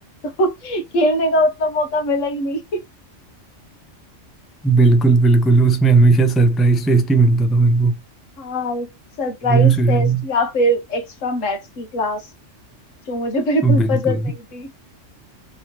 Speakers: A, on the left; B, in the centre.
A: तो <laughs> खेलने का उतना मौका मिला ही नहीं
B: बिल्कुल बिल्कुल उसमें हमेशा सरप्राइज टेस्ट ही मिलता था मेरे को
A: हाँ सरप्राइज
B: भीम सूरन
A: टेस्ट या फिर एक्स्ट्रा मैथ्स की क्लास जो मुझे बिल्कुल
B: बिल्कुल
A: पसंद नहीं थी